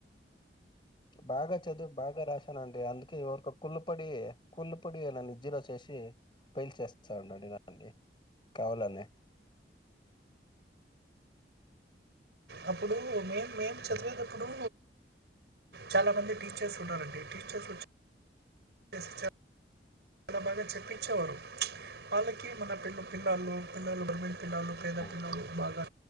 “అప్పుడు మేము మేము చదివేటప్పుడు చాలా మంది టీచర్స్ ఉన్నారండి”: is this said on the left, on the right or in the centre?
Right